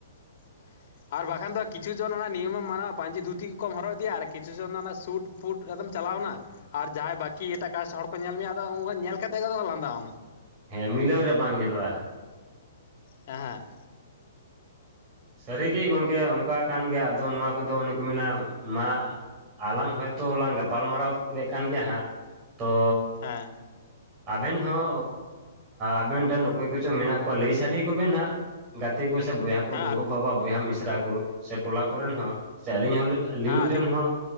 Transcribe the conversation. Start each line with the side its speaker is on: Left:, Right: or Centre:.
Left: ᱾ ᱟᱨ ᱵᱟᱠᱷᱟᱱ ᱫᱚ ᱠᱤᱪᱷᱩ ᱡᱚᱱ ᱚᱱᱟ ᱱᱤᱭᱚᱢᱮᱢ ᱢᱟᱱᱟᱣᱟ ᱯᱟᱹᱧᱪᱤ ᱫᱷᱩᱛᱤ ᱠᱚᱢ ᱦᱚᱨᱚᱜ ᱤᱫᱤᱭᱟ ᱟᱨ ᱠᱤᱪᱷᱩᱡᱚᱱ ᱫᱚ ᱚᱱᱟ ᱥᱩᱴ ᱯᱷᱩᱰ ᱠᱟᱛᱮᱛ ᱪᱟᱞᱟᱣᱮᱱᱟ ᱟᱨ ᱡᱟᱦᱟᱸᱭ ᱵᱟᱹᱠᱤ ᱮᱴᱟᱜ ᱠᱟᱥᱴ ᱦᱚᱲ ᱠᱚ ᱧᱮᱞ ᱢᱮᱭᱟ ᱟᱫᱚ ᱩᱱᱠᱩ ᱧᱮᱞ ᱠᱟᱛᱮ ᱜᱮᱛᱚ ᱠᱚ ᱞᱟᱸᱫᱟ ᱟᱢᱟ ᱾
Right: ᱦᱮᱸ ᱢᱤᱞᱟᱹᱣ ᱨᱮ ᱵᱟᱝ ᱧᱮᱞᱚᱜᱼᱟ ᱾
Left: ᱦᱮᱸ ᱦᱮᱸ ᱾
Right: ᱥᱟᱹᱨᱤᱜᱮ ᱜᱚᱝᱠᱮ ᱚᱱᱠᱟ ᱠᱟᱱ ᱜᱮᱭᱟ ᱟᱫᱚ ᱱᱚᱣᱟ ᱠᱚᱫᱚ ᱚᱱᱮ ᱠᱚ ᱢᱮᱱᱟ ᱢᱟ ᱟᱞᱟᱝ ᱦᱚᱭᱛᱳ ᱞᱟᱝ ᱜᱟᱯᱟᱞᱢᱟᱨᱟᱣᱮᱫ ᱠᱟᱱ ᱜᱮᱭᱟ ᱦᱟᱸᱜ᱾ ᱛᱚ
Left: ᱦᱮᱸ
Right: ᱟᱵᱮᱱ ᱦᱚᱸ ᱟᱵᱮᱱ ᱴᱷᱮᱱ ᱚᱠᱚᱭ ᱠᱚᱪᱚᱝ ᱢᱮᱱᱟᱜ ᱠᱚᱣᱟ ᱞᱟᱹᱭ ᱥᱟᱰᱮ ᱠᱚᱵᱮᱱ ᱦᱟᱸᱜ ᱾ ᱜᱟᱛᱮ ᱠᱚ ᱥᱮ ᱵᱚᱭᱦᱟ ᱠᱚ, ᱜᱚᱜᱚᱼᱵᱟᱵᱟ
Left: ᱦᱮᱸ
Right: ᱵᱚᱭᱦᱟ ᱢᱤᱥᱨᱟ ᱠᱚ ᱥᱮ ᱴᱚᱞᱟ ᱠᱚᱨᱮᱱ ᱦᱚᱸ ᱥᱮ ᱟᱹᱞᱤᱧ ᱟᱞᱤᱧ
Left: ᱦᱮᱸ ᱟᱹᱞᱤᱧ
Right: ᱨᱮᱱ ᱦᱚᱸ